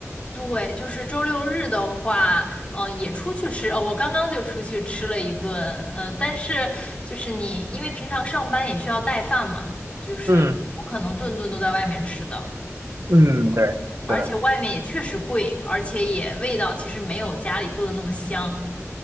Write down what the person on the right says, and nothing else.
嗯嗯，对，
是的，